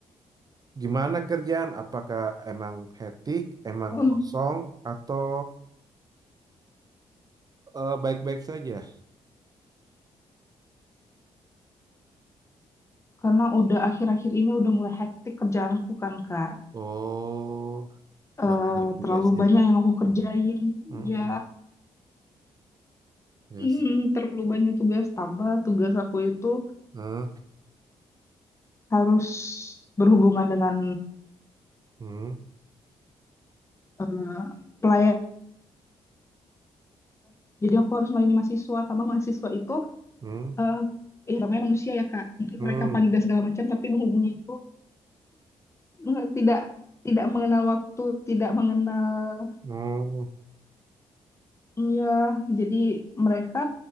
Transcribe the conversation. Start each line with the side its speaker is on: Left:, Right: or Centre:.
Right: Gimana kerjaan? Apakah emang hektik, emang
Left: Un-
Right: kosong, atau eh, baik-baik saja?
Left: Karena udah akhir-akhir ini udah mulai hektik kerjaanku kan, Kak.
Right: Oh,
Left: Eh,
Right: banyak tugasnya.
Left: terlalu banyak yang aku kerjain.
Right: Hmm,
Left: Ya,
Right: yes.
Left: Mm, terlalu banyak tugas tambah tugas aku itu.
Right: Hmm,
Left: harus berhubungan dengan
Right: hmm,
Left: eh, pelayan. Jadi aku harus melayani mahasiswa, tambah mahasiswa itu
Right: hmm,
Left: eh ya namanya manusia ya Kak. Mungkin
Right: hmm,
Left: mereka panik dan segala macam, tapi menghubungnya itu <laughs> tidak tidak mengenal waktu, tidak mengenal
Right: hmm,
Left: ya. Jadi mereka